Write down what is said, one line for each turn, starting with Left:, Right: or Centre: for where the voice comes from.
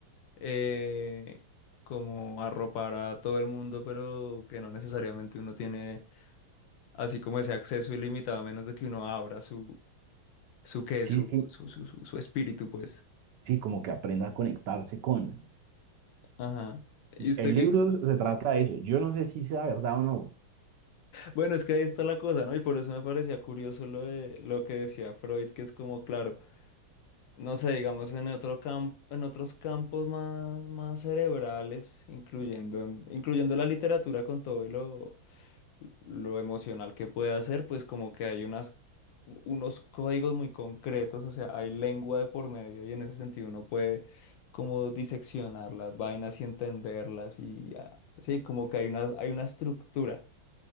Left: eh, como arropar a todo el mundo, pero que no necesariamente uno tiene así como ese acceso ilimitado, a menos de que uno abra su, Su qué,
Right: Sí,
Left: su,
Right: sí,
Left: su, su, su, su espíritu, pues.
Right: sí, como que aprenda a conectarse con.
Left: Ajá. Y usted
Right: El
Left: que...
Right: libro
Left: <laughs>
Right: se trata de eso. Yo no sé si sea verdad o no.
Left: Bueno, es que ahí está la cosa, ¿no? Y por eso me parecía curioso lo de lo que decía Freud, que es como, claro, no sé, digamos, en otro campo, en otros campos más, más cerebrales, incluyendo, incluyendo la literatura con todo y lo, lo emocional que puede hacer, pues como que hay unas, unos códigos muy concretos, o sea, hay lengua de por medio y en ese sentido uno puede como diseccionar las vainas y entenderlas y ah, sí, como que hay unas, hay una estructura,